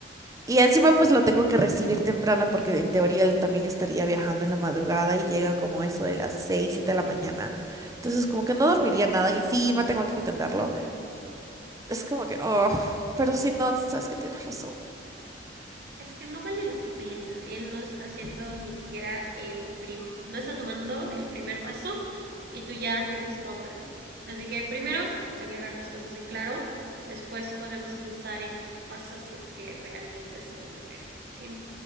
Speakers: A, on the right (about 20°); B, on the right (about 60°).
A: Y encima pues lo tengo que recibir temprano porque en teoría él también estaría viajando en la madrugada y llega como eso de las 6 7 de la mañana. Entonces como que no dormiría nada y encima tengo que atenderlo. Es como que, oh, pero si no, sabes que tienes razón.
B: Es que no vale la pena. Él no está haciendo ni siquiera el prim, no está tomando el primer paso y tú ya tienes todo planeado. Así que primero hay que dejar las cosas en claro. Después podemos pensar en qué pasa si es que realmente se van a ver. ¿sí?